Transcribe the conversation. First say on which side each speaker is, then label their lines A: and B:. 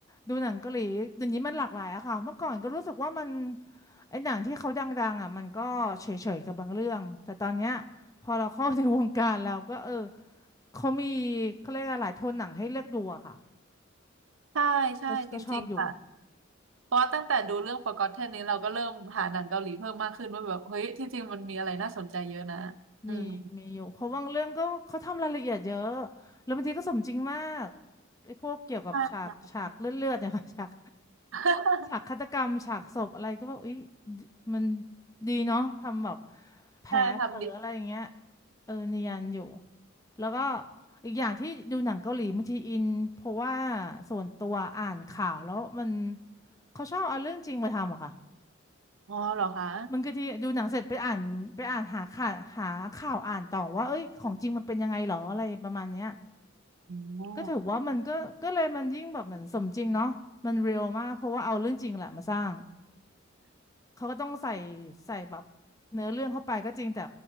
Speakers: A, on the left (about 15°); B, on the right (about 80°).
A: ดูหนังเกาหลีเดี๋ยวนี้มันหลากหลายอะค่ะเมื่อก่อนก็รู้สึกว่ามัน ไอ้หนังที่เขาดังๆอ่ะมันก็เฉยๆกับบางเรื่องแต่ตอนเนี้ยพอเราเข้าในวงการเราก็เออเขามีเขาเรียกอะไรหลายโทนหนังให้เลือกดูอะค่ะ
B: ใช่ใช่จริงๆค่ะ
A: ก็ก็ชอบอยู่
B: เพราะว่าตั้งแต่ดูเรื่อง Forgotten นี้เราก็เริ่มหาหนังเกาหลีเพิ่มมากขึ้นว่าแบบเฮ้ยที่จริงมันมีอะไรน่าสนใจเยอะนะอืม
A: มีมีอยู่เพราะบางเรื่องก็เขาทำรายละเอียดเยอะแล้วบางทีก็สมจริงมากไอ้พวกเกี่ยวกับฉากฉากเลือดๆเนี่ยค่ะ
B: ใช่ค่ะ
A: <laughs> ฉาก
B: <laughs>
A: ฉากฆาตกรรมฉากศพอะไรก็แบบอุ๊ยมันดีเนาะทำแบบแผลเผลออะไรอย่างเงี้ย
B: ใช่ทำดี
A: เออเนียนอยู่แล้วก็อีกอย่างที่ดูหนังเกาหลีบางทีอินเพราะว่าส่วนตัวอ่านข่าวแล้วมันเขาชอบเอาเรื่องจริงมาทำอะค่ะ
B: อ๋อเหรอคะ
A: บางทีดูหนังเสร็จไปอ่านไปอ่านหาข่าวหาข่าวอ่านต่อว่าเอ้ยของจริงมันเป็นยังไงหรออะไรประมาณเนี้ย
B: อ๋อ
A: ก็ถือว่ามันก็ก็เลยมันยิ่งแบบเหมือนสมจริงเนาะมันเรียลมากเพราะว่าเอาเรื่องจริงแหละมาสร้าง เขาก็ต้องใส่ใส่แบบเนื้อเรื่องเข้าไปก็จริงแต่